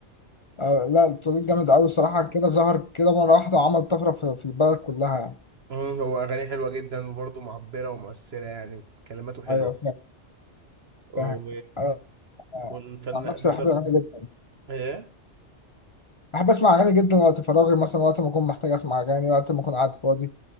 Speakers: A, on the left (about 35°); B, on the right (about 60°).
A: آه لا طوليت جامد قوي الصراحه كده ظهر كده مره واحده وعمل طفره في في البلد كلها يعني
B: مم، هو اغانيه حلوه جدا وبرضه معبره ومؤثره يعني كلماته حلوه
A: ايوه
B: و...
A: فاهم انا آه،
B: والفنان
A: عن نفسي
B: بصراحه
A: بحب الاغاني جدا
B: ايه
A: بحب اسمع اغاني جدا وقت فراغي مثلا وقت ما اكون محتاج اسمع اغاني وقت ما اكون قاعد فاضي